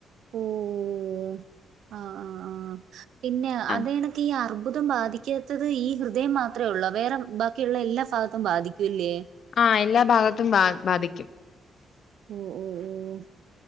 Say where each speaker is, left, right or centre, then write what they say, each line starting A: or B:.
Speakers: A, on the right; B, on the left.
A: ഓ ഓ ആ ആ ആ പിന്നെ
B: ആഹ്
A: അതേണക്ക് ഈ അർബുദം ബാധിക്കാ ത്തത് ഈ ഹൃദയം മാത്രമേ ഉള്ളോ? വേറെ ബാക്കിയുള്ള എല്ലാ ഭാഗത്തും ബാധിക്കും അല്ലേ?
B: ആ എല്ലാ ഭാഗത്തും ബാ ബാധിക്കും.
A: ഓ ഓ ഓ